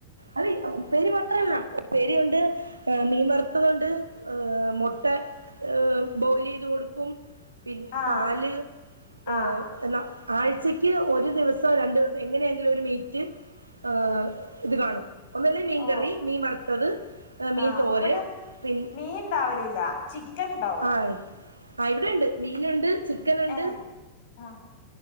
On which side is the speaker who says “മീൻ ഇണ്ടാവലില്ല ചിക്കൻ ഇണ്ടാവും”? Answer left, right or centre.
Left